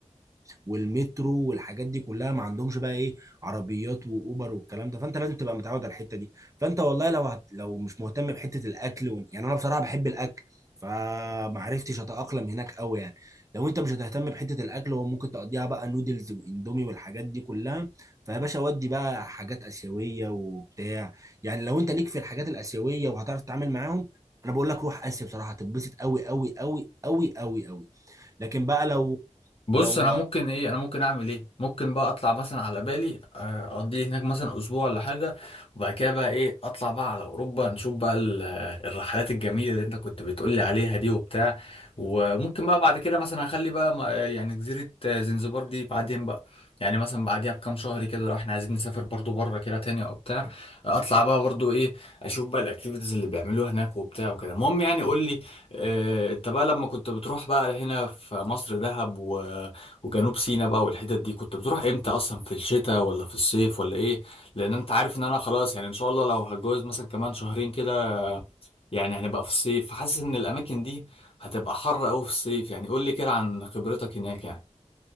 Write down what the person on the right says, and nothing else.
والمترو والحاجات دي كلها ما عندهمش بقى ايه عربيات واوبر والكلام ده فانت لازم تبقى متعود على الحته دي فانت والله لو هت... لو مش مهتم بحته الاكل و... يعني انا بصراحه بحب الاكل فما عرفتش اتاقلم هناك قوي يعني لو انت مش هتهتم بحته الاكل وممكن تقضيها بقى نودلز واندومي والحاجات دي كلها فيا باشا ودي بقى حاجات اسيويه وبتاع يعني لو انت ليك في الحاجات الاسيويه وهتعرف تتعامل معاهم انا بقول لك روح اسيا بصراحه هتتبسط قوي قوي قوي قوي قوي قوي لكن بقى لو
لو